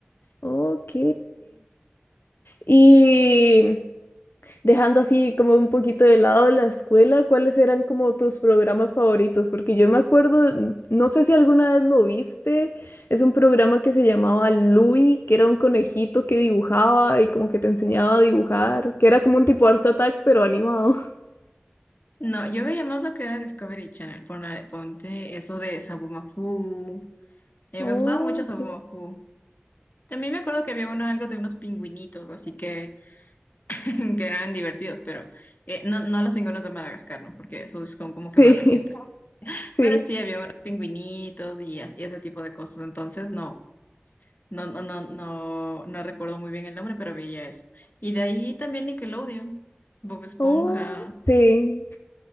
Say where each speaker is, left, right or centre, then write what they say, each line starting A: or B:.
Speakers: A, on the left; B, on the left.
A: Ok. Y dejando así como un poquito de lado la escuela, ¿cuáles eran como tus programas favoritos? Porque yo me acuerdo, n- no sé si alguna vez lo viste, es un programa que se llamaba Louie, que era un conejito que dibujaba y como que te enseñaba a dibujar, que era como un tipo Art Attack, pero animado. <laughs>
B: No, yo veía más lo que era Discovery Channel, por la, ponte eso de Sabumafu. Eh,
A: Ok.
B: me gustaba mucho Sabumafu. También me acuerdo que había uno, algo de unos pingüinitos, así que, <laughs> que eran divertidos, pero eh, no, no los pingüinos de Madagascar, ¿no? Porque esos son como que
A: Sí,
B: más recientes.
A: <laughs> sí.
B: Pero sí, había unos pingüinitos y, as- y ese tipo de cosas, entonces no, no, no, no, no, no recuerdo muy bien el nombre, pero veía eso. Y de ahí también Nickelodeon, Bob Esponja.
A: Oh, sí,